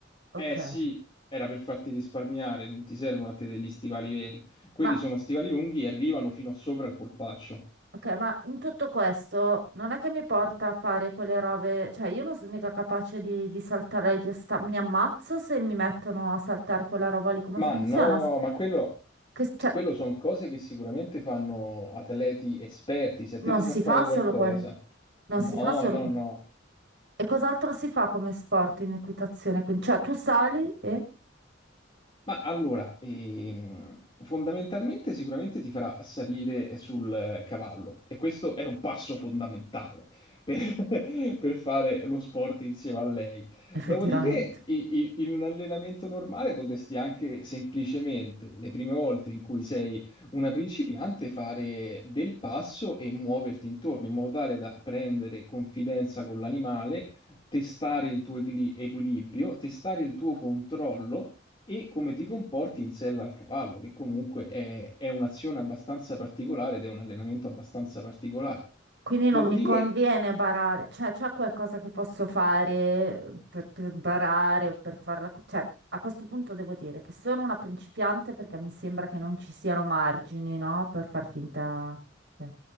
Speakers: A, on the right; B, on the left.
A: Ok.
B: Eh sì, era per farti risparmiare, non ti servono a te degli stivali veri. Quelli
A: Ma,
B: sono stivali lunghi e arrivano fino sopra il polpaccio.
A: ok, ma in tutto questo non è che mi porta a fare quelle robe, cioè io non sono mica capace di, di saltare, gli osta- mi ammazzo se mi mettono a saltare quella roba lì, come
B: Ma
A: funziona?
B: no,
A: S-
B: ma quello,
A: Che, cioè,
B: quello sono cose che sicuramente fanno atleti esperti. Se a
A: non
B: te ti
A: si
B: fa fare
A: fa solo
B: qualcosa,
A: quello, non
B: no,
A: si fa solo
B: no,
A: quello.
B: no.
A: E cos'altro si fa come sport in equitazione? Quindi, cioè tu sali e
B: Ma allora, ehm, fondamentalmente sicuramente ti farà salire sul eh, cavallo e questo è un passo fondamentale per, <laughs> per fare lo sport insieme a lei.
A: effettivamente.
B: Dopodiché, i- i- in un allenamento normale potresti anche semplicemente, le prime volte in cui sei una principiante, fare del passo e muoverti intorno in modo tale da prendere confidenza con l'animale, testare il tuo equili- equilibrio, testare il tuo controllo e come ti comporti in sella al cavallo, che comunque è, è un'azione abbastanza particolare ed è un allenamento abbastanza particolare.
A: Quindi
B: Dopodiché
A: non mi conviene barare, cioè c'è qualcosa che posso fare eh, per, per barare o per farla... co- Cioè, a questo punto devo dire che sono una principiante perché mi sembra che non ci siano margini, no? Per far finta... eh.